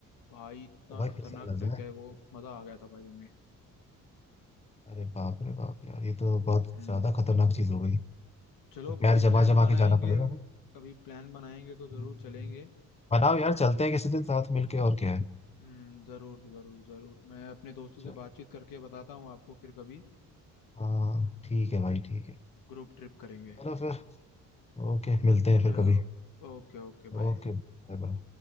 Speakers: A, on the left; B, on the left.
A: भाई इतना
B: ओ भाई
A: खतरनाक
B: फिसल ना
A: ट्रैक
B: जाए
A: है वो मजा आ गया था भाई हमें
B: अरे बाप रे बाप यार ये तो बहुत
A: हम्म
B: ज्यादा खतरनाक चीज हो गई तो
A: चलो
B: पैर
A: कभी
B: जमा
A: प्लान
B: जमा
A: बनाएंगे
B: के जाना पड़ेगा भाई
A: कभी प्लान बनाएंगे तो
B: हम्म।
A: जरूर चलेंगे
B: बनाओ यार चलते हैं किसी दिन साथ मिलके और क्या है
A: हम्म जरूर जरूर जरूर मैं अपने दोस्तों
B: चलो
A: से बातचीत करके बताता हूँ आपको फिर कभी
B: हाँ ठीक है भाई ठीक है
A: ग्रुप ट्रिप करेंगे
B: चलो फिर ओके मिलते हैं फिर
A: चलो
B: कभी
A: Okay okay bye
B: Okay bye बाय